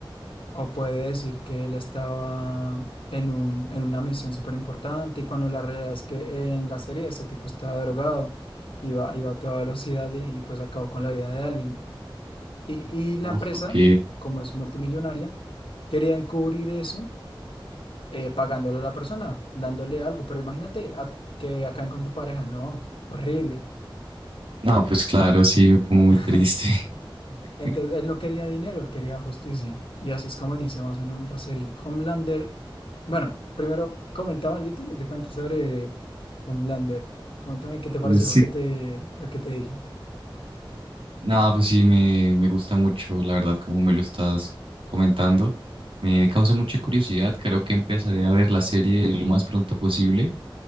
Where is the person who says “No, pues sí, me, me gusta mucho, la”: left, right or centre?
Right